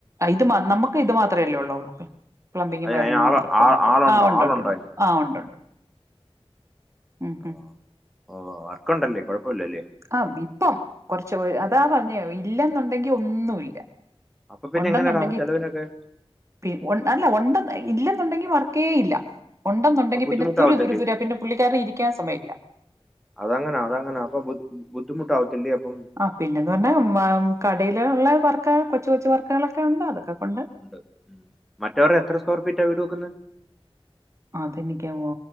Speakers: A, on the right; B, in the centre.
A: ഇത് മാത് നമുക്ക് ഇത് മാത്രമല്ലേ ഉള്ളൂ പ്ലംബിങ്ങും
B: അത്
A: വയറിങ്ങും
B: അതിന് ആള്
A: മാത്രം കോൺടാക്ട്ർ
B: ആ ആളുണ്ടോ?
A: ആഹ് ഉണ്ട്
B: ആളുണ്ടോ
A: ഉണ്ട് ഉണ്ട്
B: അതിന്?
A: ആഹ ഉണ്ട്ണ്ട് ഉം
B: ആ.
A: ഉം
B: ഓ വർക്ക് ഉണ്ടല്ലേ. കുഴപ്പമില്ലല്ലേ.
A: ആഹ് ഇപ്പം കുറച്ച് പേര്
B: ഉം.
A: അതാ പറഞ്ഞേ ഇല്ലെന്നുണ്ടെങ്കി ഒന്നുല്ല
B: അപ്പൊ പിന്നെ
A: ഉണ്ടെന്നുണ്ടെങ്കി
B: എങ്ങനെടാ ചെലവിനൊക്കെ?
A: പി ഉണ്ട് അല്ല ഉണ്ടെന്ന് ഇല്ലെന്നുണ്ടെങ്കി വർക്കേ ഇല്ല ഉണ്ടെന്നുണ്ടെങ്കി
B: അപ്പൊ ബുദ്ധിമുട്ടാവത്തില്ലേ?
A: പിന്നെ തുരു തുരു തുരാ പിന്നെ പുള്ളിക്കാരന് ഇരിക്കാൻ സമ്മയിക്കില്ല
B: അതങ്ങന അതങ്ങന അപ്പൊ ബുദ്ധിമുട്ട് ആവത്തില്ലേ അപ്പം
A: ആഹ് പിന്നെന്ന് പറഞ്ഞാ കടയിലുള്ള വർക്ക് കൊച്ച് കൊച്ച് വർക്കുകളൊക്കെ ഉണ്ട് അതൊക്കെ കൊണ്ട്
B: ണ്ട് ഉം മറ്റവര് എത്ര സ്ക്വയർ ഫീറ്റാ വീട് വെക്കുന്നെ
A: അത് എനിക്ക് ഓ